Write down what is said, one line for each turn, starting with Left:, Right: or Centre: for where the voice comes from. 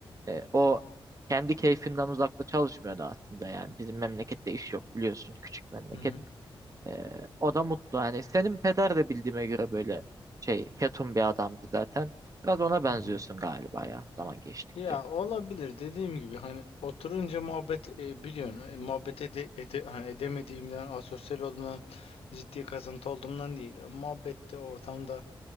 Right: e, o kendi keyfinden uzakta çalışmıyordu aslında yani. Bizim memlekette iş yok biliyorsun, küçük memleket.
Left: hı hı,
Right: Ee, o da mutlu. Yani senin peder de bildiğime göre böyle şey ketum bir adamdı zaten. Biraz ona benziyorsun
Left: hı hı.
Right: galiba ya zaman geçtikçe.
Left: Ya olabilir dediğim gibi hani oturunca muhabbet e, biliyorsun e, muhabbet ede, ede- hani edemediğimden asosyal olduğumdan ciddi kasıntı olduğumdan değil. E, muhabbette ortamda